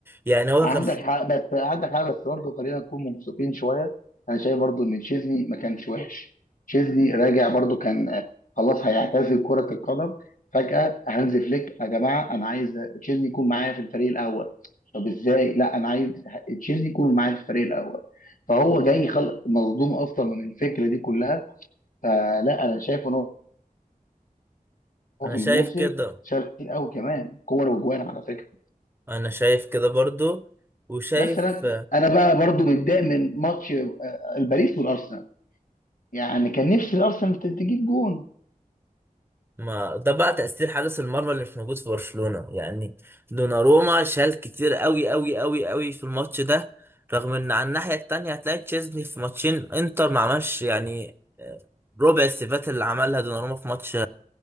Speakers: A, on the right (about 15°); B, on the left (about 65°).
A: يعني هو
B: عندك
A: كان
B: حق بس عندك حق بس برضه خلينا نكون مبسوطين شويه انا شايف برضه ان تشيزني ما كانش وحش تشيزني راجع برضه كان آه، خلاص هيعتزل كره القدم فجاه هانز فليك يا جماعه انا عايز تشيزني يكون معايا في الفريق الاول طب ازاي لا انا عايز تشيزني يكون معايا في الفريق الاول فهو جاي خلق مصدوم اصلا من الفكره دي كلها فلا انا شايف ان هو
A: انا
B: في
A: شايف
B: الموسم
A: كده
B: شال كتير قوي كمان كور وجوان على فكره
A: انا شايف كده برضو وشايف
B: بس انا انا بقى برضو متضايق من ماتش آه، الباريس والارسنال يعني كان نفسي الارسنال ت- تجيب جون
A: ما ده بقى تأثير حارس المرمى اللي مش موجود في برشلونة يعني دوناروما شال كتير قوي قوي قوي قوي في الماتش ده رغم ان على الناحية التانية هتلاقي تشيزني في ماتشين انتر ما عملش يعني آه، ربع السيفات اللي عملها دوناروما في ماتش